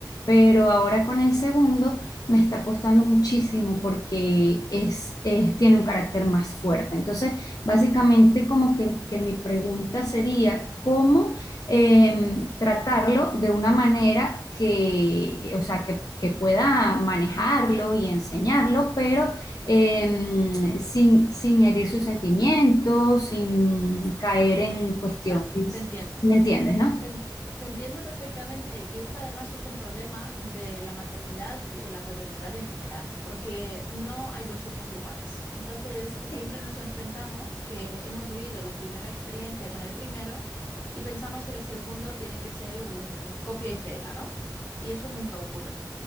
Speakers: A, on the left (about 55°); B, on the left (about 30°).
A: pero ahora con el segundo me está costando muchísimo porque es, es- tiene un carácter más fuerte. Entonces, básicamente como que, que mi pregunta sería, ¿cómo? eh, tratarlo de una manera que, o sea, que, que pueda manejarlo y enseñarlo, pero eh, sin, sin herir sus sentimientos, sin caer en cuestiones,
B: Claro, te entiendo.
A: ¿me entiendes, no?
B: Te, en- te entiendo perfectamente y este además es un problema de la maternidad y de la paternidad en general, porque no hay dos hijos iguales. Entonces, siempre
A: Ok.
B: nos enfrentamos que hemos vivido la primera experiencia con el primero y pensamos que el segundo tiene que ser un copia y pega, ¿no? Y eso nunca ocurre.